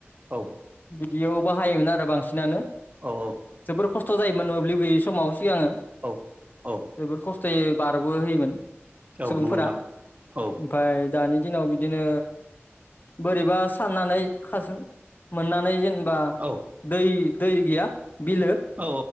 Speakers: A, on the right; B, on the left.
A: औ
B: बिदियाव बाहायोमोन आरो बांसिनानो
A: औ औ
B: जोबोर खस्थ' जायोमोन मोब्लिब गैयि समाव सिगां
A: औ औ
B: जोबोर खस्थ'यै बारबो होयोमोन
A: औ
B: सुबुंफोरा
A: नंगौ नोंथां औ
B: ओमफ्राय दानि दिनाव बिदिनो बोरैबा साननानै खास मोननानै जेनेबा बा
A: औ
B: दै दै गैया बिलो
A: औ